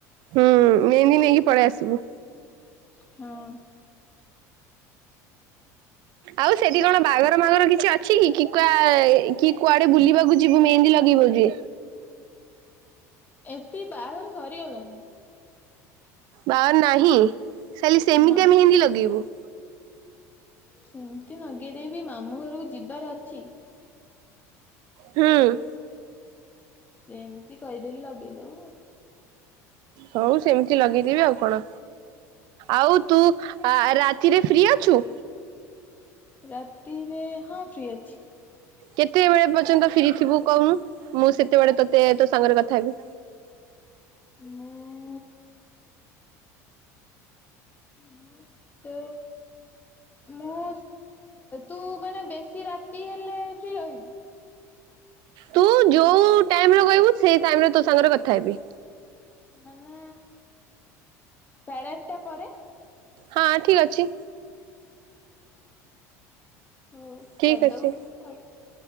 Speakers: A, on the right (about 65°); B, on the left (about 20°).
A: ହୁଁ ମେହେନ୍ଦି ନେଇକି ପଳେଇ ଆସିବୁ।
B: ହଁ।
A: ଆଉ ସେଠି କଣ ବାହାଘର ମାଘର କିଛି ଅ ଅଛି କି କି କୁ କି କୁଆଡେ ବୁଲିବାକୁ ଯିବୁ ମେହେନ୍ଦୀ ଲଗେଇବୁ ଜେ
B: ଏତିକି ବାହାଘର ସରିଗଲାଣି?
A: ବାହାଘର ନାହିଁ ଖାଲି ସେମିତି
B: ନା।
A: ଆ ମେହେନ୍ଦୀ ଲଗେଇବୁ।
B: ସେମିତି ଲଗେଇଦେବି ମାମୁଁ ଘରକୁ ଯିବାର ଅଛି।
A: ହୁଁ।
B: ସେ ଏମିତି କହିଦେଲି ଲଗେଇଦେବୁ ଆଉ।
A: ହଉ ସେମିତି ଲଗେଇଦବି ଆଉ କଣ ଆଉ ତୁ ଆ ରା ତିରେ ଫ୍ରି ଅଛୁ?
B: ରାତିରେ ହଁ ଫ୍ରି ଅଛି।
A: କେତେବେଳେ ପର୍ଯ୍ୟନ୍ତ ଫିରି ଥିବୁ କହୁନୁ ମୁଁ ସେତେବେଳେ ତୋତେ ତୋ ସାଙ୍ଗରେ କଥା ହେବି?
B: ମୁଁ ମୁଁ ତ ମୁଁ ତୁ ମାନେ ବେଶୀ ରାତି ହେଲେ ଫ୍ରି ରହିବୁ।
A: ତୁ ଯୋଉ ଟାଇମରେ କହିବୁ ସେଇ ଟାଇମରେ ତୋ ସାଙ୍ଗରେ କଥା ହେବି।
B: ମାନେ ସାଢେ ଆଠଟା ପରେ।
A: ହଁ ଠିକ ଅଛି।
B: ହଉ
A: ଠିକ୍
B: କରିଦବୁ
A: ଅଛି
B: ଆଉ